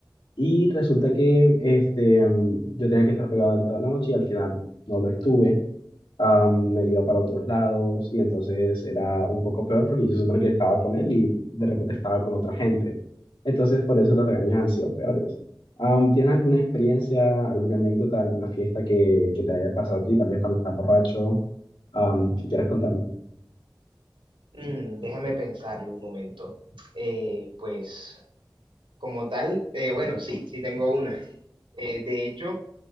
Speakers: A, on the left; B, on the right.
A: y resulta que este, yo tenía que estar pegado a él toda la noche y al final no lo estuve am, me iba para otros lados y entonces era un poco peor porque yo se supone que estaba con él y de repente estaba con otra gente. Entonces por eso los regaños han sido peores. Am, ¿tienes alguna experiencia, alguna anécdota, alguna fiesta que, que te haya pasado a ti, tal vez cuando estás borracho, am, que quieras contarme?
B: Mm, déjame pensarlo un momento. Eh, pues como tal, eh, bueno, sí, sí tengo una. Eh, de hecho,